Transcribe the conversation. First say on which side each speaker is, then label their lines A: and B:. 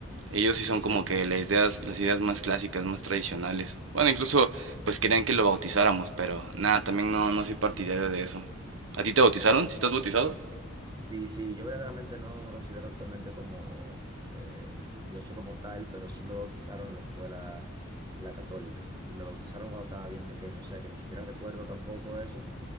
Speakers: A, on the right (about 75°); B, on the right (about 20°).
A: Ellos sí son
B: Sí.
A: como que las ideas, las ideas más clásicas, más tradicionales. Bueno, incluso pues querían que lo bautizáramos, pero nada, también no, no soy partidario de eso. ¿A ti te bautizaron? ¿Si estás bautizado?
B: Sí, sí, yo verdaderamente no me considero actualmente como eh, religioso como tal, pero sí me bautizaron en lo que fue la, la católica y me bautizaron cuando estaba bien pequeño, o sea que ni siquiera recuerdo tampoco eso,